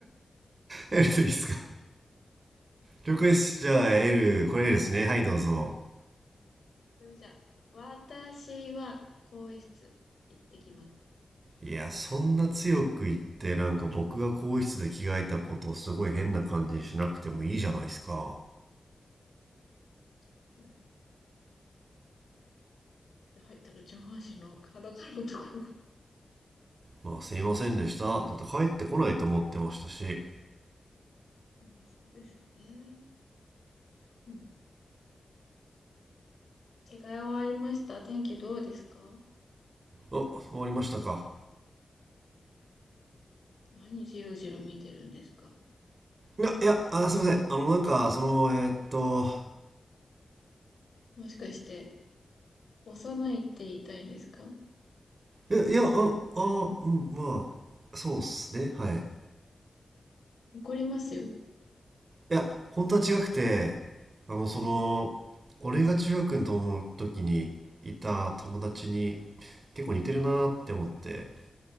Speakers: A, on the right; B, on the left.
A: L でいいですか了解です。じゃあ L、これ L ですね。はい、どうぞ。
B: それじゃあ、私は更衣室行ってきます。
A: いや、そんな強く言って、なんか僕が更衣室で着替えたことをすごい変な感じにしなくてもいいじゃないですか。
B: <laughs> て入ったら上半身の裸のとこが。
A: まあ、すいませんでした。だって帰ってこないと思ってましたし。
B: うん、そうですよね。うん。着替えはありました。天気どうですか
A: あ、終わりましたか。
B: 何じろじろ見てるんですか
A: いや、いや、あ、すみません。あの、なんか、その、えーっと、
B: もしかして、幼いって言いたいんですか
A: いや、いや、あ、あ、うん、まあ、そうっすね。はい。
B: 怒りますよ。
A: いや、本当は違くて、あの、その、俺が中学の時にいた友達に結構似てるなって思って。